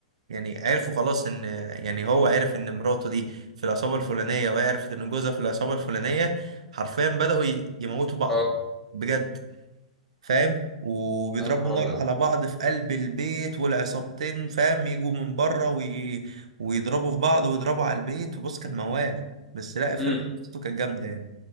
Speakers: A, on the right; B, in the centre.
A: يعني عرفوا خلاص ان يعني هو عرف ان مراته دي في العصابة الفلانية وهي عرفت ان جوزها في العصابة الفلانية حرفيا بدأوا ي- يموتوا بعض
B: اه
A: بجد فاهم وبيضربوا
B: يا نهار
A: نار
B: ابيض
A: على بعض في قلب البيت والعصابتين فاهم يجوا من بره وي... ويضربوا في بعض ويضربوا على البيت بص كان موال بس لا الفيلم
B: امم
A: قصته كانت جامدة يعني